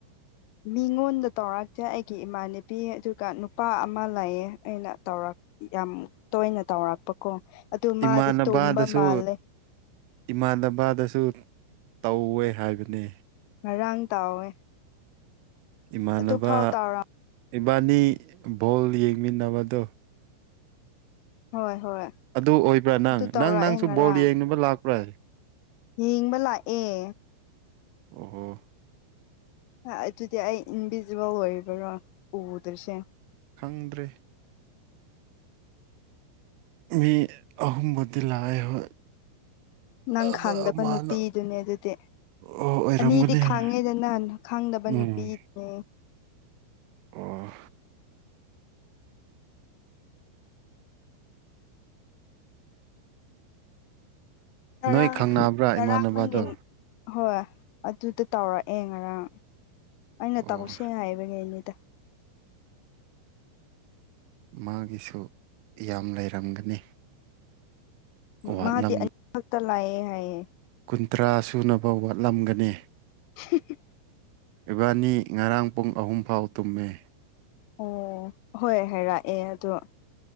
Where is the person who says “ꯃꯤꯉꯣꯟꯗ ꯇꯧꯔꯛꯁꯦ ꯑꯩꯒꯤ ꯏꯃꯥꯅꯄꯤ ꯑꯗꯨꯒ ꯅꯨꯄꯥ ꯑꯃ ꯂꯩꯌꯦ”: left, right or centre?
Left